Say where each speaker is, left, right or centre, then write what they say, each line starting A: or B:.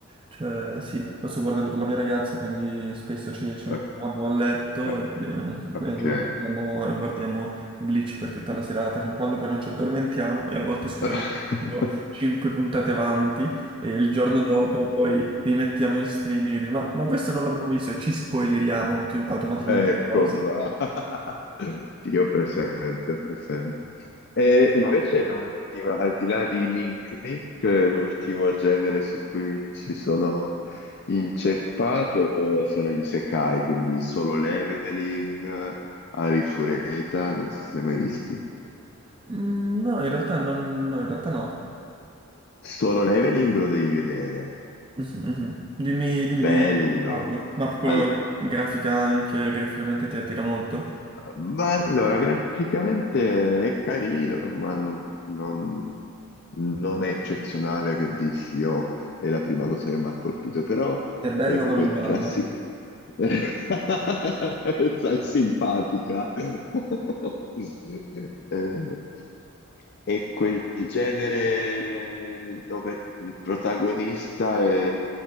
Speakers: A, on the right; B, on the left.
A: cioè, sì, lo sto guardando con la mia ragazza, quindi spesso ci, ci
B: o-
A: mettiamo a letto
B: o-
A: e, e
B: ok.
A: guardiamo, e guardiamo Bleach per tutta la serata, fin quando poi non ci addormentiamo e a volte scopriamo
B: <laughs>
A: di essere tipo 5 puntate avanti e il giorno dopo poi rimettiamo in streaming e dici, ma, ma questo non l'abbiamo visto e ci spoileriamo auto- automaticamente
B: Ecco
A: di cose.
B: qua. <laughs> Sì, ho presente, ho presente. E invece l'ultima, al di là di Link Click, eh, l'ultimo genere su cui ci sono inceppato sono gli isekai, quindi Solo Leveling, Arifureta, non so se li hai mai visti.
A: Mm, No, in realtà non, no, in realtà no.
B: Solo Leveling lo devi vedere,
A: Mhm, mhm. Dimmi, dimmi
B: bello.
A: di parli. Ma proprio
B: Al-
A: di grafica anche, graficamente ti attira molto.
B: Ma allora, graficamente è carino, ma non, non- non è eccezionale che dici, oh, è la prima cosa che mi ha colpito, però
A: È bello
B: è
A: ma
B: quel
A: non balla.
B: classico... <laughs> Sai, simpatica. <laughs> Eh, è quel genere dove il protagonista è-